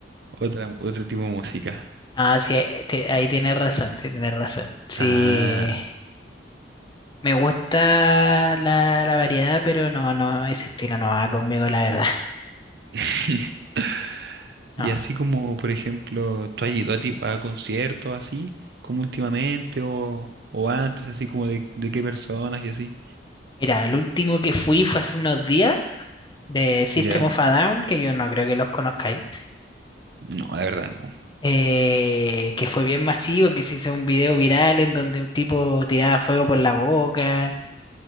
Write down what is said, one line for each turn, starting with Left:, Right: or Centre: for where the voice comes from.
Right: otra, otro tipo de música.
Left: Ah, sí, eh, te- ahí tienes razón, sí, tienes razón. Sí,
Right: Ah.
Left: me gusta la, la variedad, pero no, no, ese estilo no va conmigo, la verdad.
Right: <laughs> Y
Left: No.
Right: así como, por ejemplo, ¿tú has ido a, ti- a conciertos así, como últimamente o, o antes, así como de, de qué personas y así?
Left: Mira, el último que fui fue hace unos días de System
Right: ¿Ya?
Left: of a Down, que yo no creo que los conozcáis.
Right: No, la verdad no.
Left: eh, que fue bien masivo, que se hizo un video viral en donde un tipo tiraba fuego por la boca.